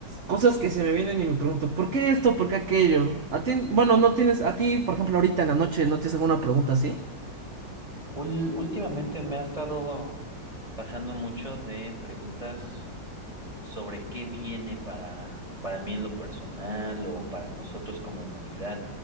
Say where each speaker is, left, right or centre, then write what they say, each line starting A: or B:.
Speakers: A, on the right; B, on the right.
A: cosas que se me vienen y me pregunto, ¿por qué esto? ¿Por qué aquello? A ti, bueno, no tienes, a ti, por ejemplo, ahorita en la noche, ¿no tienes alguna pregunta así?
B: <laughs> Ul- últimamente me ha estado pasando mucho de preguntas sobre qué viene para, para mí en lo personal o para nosotros como humanidad.